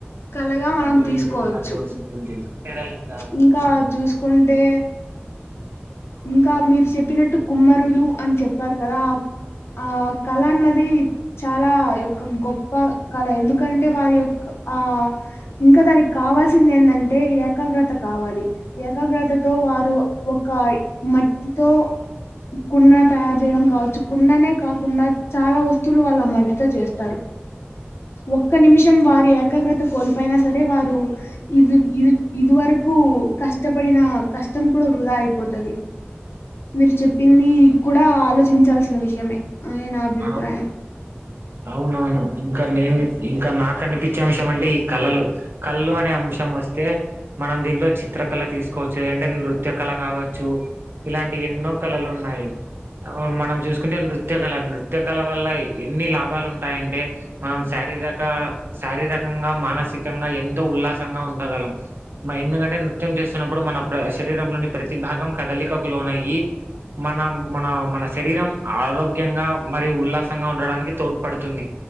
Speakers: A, on the left; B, on the right.
A: కళగా మనం
B: మధ్యలో
A: తీసుకోవచ్చు
B: ఏం లేకుండా అన్ని ఉడిసేయి <unintelligible>
A: ఇంకా చూసుకుంటే ఇంకా మీరు చెప్పినట్టు కుమ్మరులు అని చెప్పారు కదా ఆ కళ అన్నది చాలా యొక్క గొప్ప కళ ఎందుకంటే వారి యొక్క ఆ ఇంకా దానికి కావాల్సింది ఎందంటే ఏకాగ్రత కావాలి ఏకాగ్రతతో వారు ఒక మట్టితో కున్నా తయారు చేయడం కావచ్చు కున్నానే కాకుండా చాలా వస్తువులు వాళ్ళ మట్టితో చేస్తారు
B: <unintelligible>
A: ఒక్క నిమిషం వారు ఏకాగ్రత కోల్పోయినా సరే వారు ఇది ఇది ఇది వరకు కష్టపడిన కష్టం కూడా వృధా అయిపోతది మీరు చెప్పింది కూడా ఆలోచించాల్సిన విషయమే అని నా అభిప్రాయం
B: అ అవునవును ఇంకా నేను ఇంకా నాకు అనిపించే అంశం అంటే కళలు కళ్లు అనే అంశం వస్తే మనం దాంట్లోంచి చిత్రకళ తీసుకోవచ్చు లేఅంటే నృత్య కళ కావచ్చు ఇలాంటి ఎన్నో కళలు ఉన్నాయి అవు మనం చూసుకుంటే నృత్య కళ నృత్య కళ వల్ల ఎన్ని లాభాలు ఉంటాయంటే మనం శారీరక శారీరకంగా మానసికంగా ఎంతో ఉల్లాసంగా ఉండగలం మా ఎందుకంటే నృత్యం చేస్తున్నప్పుడు మన శరీరంలోని ప్రతిభాగం కదలికకు లోనయి మనం మన మన శరీరం ఆరోగ్యంగా మరియూ ఉల్లాసంగా ఉండడానికి తోడ్పడుతుంది